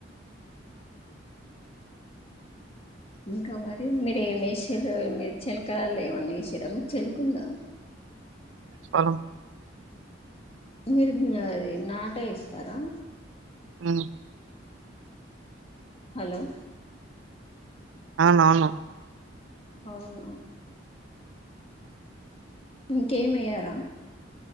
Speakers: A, on the left; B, on the right.
A: ఇంక మరి మిర్ ఏమేశ్శిర్రు మీ చిల్కలళ్ళో ఏమన్న ఏషిర్రా మీక్ చెలకుందా
B: హలో
A: మీరు ఇంగ అది నాటేయిస్తరా
B: ఉ
A: హలొ
B: అవునవును
A: ఔనా ఇంకేమేయ్యర